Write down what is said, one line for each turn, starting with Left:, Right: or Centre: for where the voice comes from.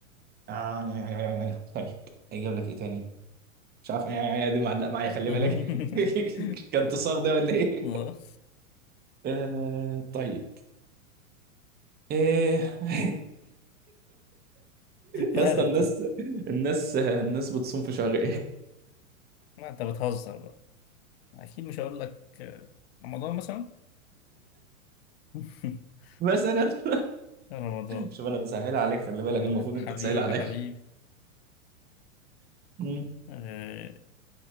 Right: آه يا يا يا يا يا. طيب اجيب لك ايه تاني مش عارف يا يا يا دي معلقه معايا خلي
Left: <laughs>
Right: بالك <laughs> كان تصاغ ده ولا ايه
Left: آه.
Right: آه طيب ايه <laughs> يا
Left: مالك
Right: اسطى الناس
Left: طيب
Right: الناس الناس بتصوم في شهر ايه
Left: ما انت بتهزر بقى اكيد مش هقول لك آه، رمضان مثلا <laughs>
Right: مثلا <laughs>
Left: رمضان
Right: شوف انا بسهلها عليك خلي بالك
Left: مم،
Right: المفروض
Left: لا حبيبي
Right: انت تسهل عليا
Left: حبيبي
Right: مم.
Left: آه،